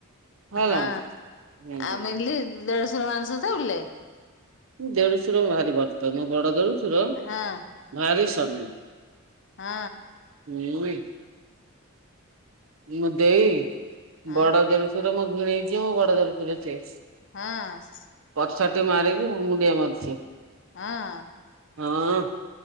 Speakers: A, on the right; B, on the left.
A: ହେଲା।
B: ହଁ
A: ହୁଁ
B: ଆମିଲି ଦେଢଶର ମାଂସ ଥା ବିଲେ।
A: ଦେଢୁଶୁର ଭାରି ବର୍ତନ ବଡ ଦେଢ଼ଶୁର
B: ହଁ
A: ଭାରି ସନ।
B: ହଁ।
A: ମୁଁ ଇ। ମୁଁ ଦେଇ
B: ହଁ
A: ବଡ ଦେଢ଼ଶୁର ମୋ ଭିଣେଇ ଯିଏ ମୋ ବଡ ଦେଢ଼ଶୁର ସିଏ।
B: ହଁ।
A: ପ୍ରସାତ ମାରିକି ମୁଣ୍ଡିଆ ମାରୁଛି।
B: ହଁ।
A: ହଁ।